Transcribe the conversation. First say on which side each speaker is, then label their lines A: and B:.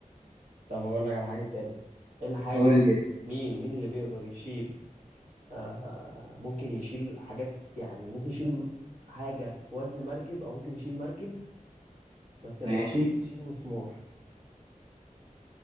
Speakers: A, on the right (about 60°); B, on the right (about 35°).
A: طب أقول لك على حاجة تاني إيه الحاجة
B: قول يا سيدي
A: مين مين اللي بيقدر يشيل آه ممكن يشيل حاجات يعني ممكن يشيل حاجة في وزن مركب أو ممكن يشيل مركب بس ما
B: ماشي
A: بيقدرش يشيل مسمار